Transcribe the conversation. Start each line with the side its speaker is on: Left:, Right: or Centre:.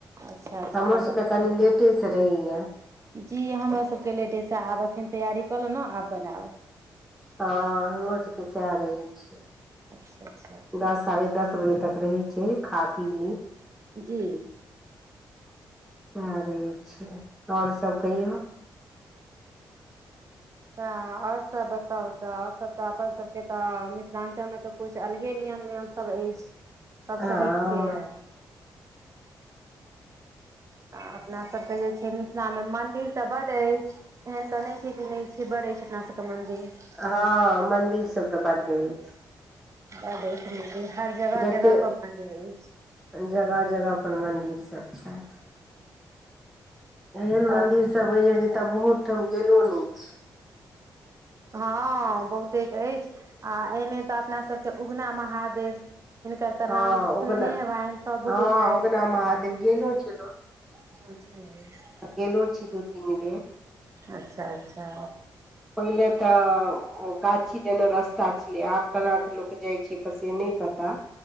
Right: अच्छा अच्छा
Centre: हमर
Right: आब बनतै
Centre: सबके कनी लेटे से रहैया
Right: जी हमरो सबके लेडीज आब अखन तैयरी कऽ लेलौं ने आब बनायब
Centre: हँ हमहो सबके सएह रहै छियै
Right: अच्छा अच्छा।
Centre: दस साढ़े दस बजे तक रहि छी खा पी ली।
Right: जी।
Centre: आबै छै और सभ कहियौ
Right: तऽ और सभ बताउ त और सभ तऽ अपन सभके तऽ मिथिलाञ्चलमे तऽ कुछ अलगे नियम नियम सभ अछि सभसँ
Centre: हँ
Right: हटिके अछि आ अपनासभके जे छै मिथिलामे मन्दिर तऽ बड्ड अछि एहन तऽ नहि छै कि नहि छै बड अछि अपना सबके मंन्दिर
Centre: हँ मंदिर सब तऽ बड्ड अछि
Right: उहाय देखलिए हर जगह
Centre: जते
Right: जगह पर मन्दिर अछि
Centre: जगह जगह पर मंन्दिर सब छथि एहन
Right: तऽ
Centre: मन्दिर सभ बहुत ठाम गेलो नै छी
Right: ह बहुते अछि आ एने तऽ अपनासभके उगना महादेव हिनकर तऽ
Centre: हँ
Right: नाम सुन
Centre: उगना
Right: ने हेबनि सभ
Centre: हँ
Right: बुझै छैत
Centre: उगना महादेव गेलो छलो
Right: ह
Centre: आ गेलेलो छी दू तीन बेर
Right: अच्छा अच्छा।
Centre: पहिले तऽ ओ गाछी देने रस। पता छलिय आब केना कऽ लोक जाइ छै पस छै नहि पता